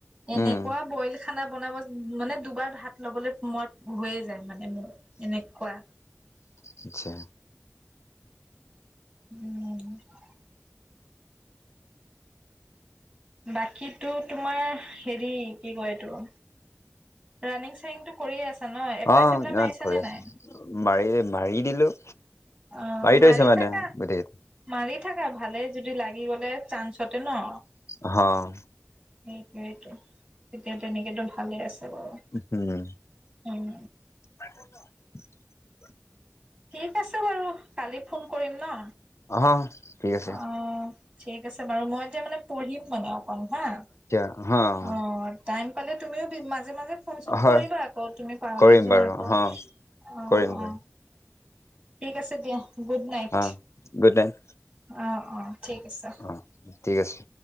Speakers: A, on the right; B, on the left.
A: এনেকোৱা
B: উম
A: বইল খানা বনাব উম মানে দুবাৰ ভাত ল'বলৈ মই হৈয়ে যায়, মানে মোৰ। এনেকুৱা
B: আতচ্ছা।
A: উম'। বাকীতো তোমাৰ হেৰি কি কয় এইটো, ৰানিং চানিং টো কৰিয়ে আছা ন। এপ্লাই-
B: অ
A: চেপ্লাই মাৰিছা
B: কৰি
A: নে,
B: আছো
A: নাই?
B: মাৰি- মাৰি দিলো।
A: অ, মাৰি
B: থৈছো মানে
A: থাকা।
B: গোটেই
A: মাৰি থকা, ভালে যদি লাগি গলে চান্সতে ন।
B: উম।
A: সেইটোইটো, এতিয়া তেনেযে ভালে আছে বাৰু।
B: উম
A: উম।
B: <unintelligible>
A: ঠিক আছে বাৰু, কালি ফোন কৰিম ন।
B: অ, ঠিক আছে।
A: অ ঠিক আছে বাৰু, মই এতিয়া মানে, পঢ়িম মানে অকমাণ হা।
B: অ।
A: অ, টাইম পালে তুমিও মাজে- মাজে ফোন চোন
B: হয়
A: কৰিবা আকৌ। তুমি পাহৰি
B: কৰিম
A: যোৱা
B: বাৰু
A: আকৌ।
B: হ
A: অ
B: কৰিম-
A: অ
B: কৰিম।
A: ঠিক আছে দিয়া, গুড নাইট।
B: অ গুড নাইট।
A: অ, অ ঠিক আছে।
B: অ, ঠিক আছে।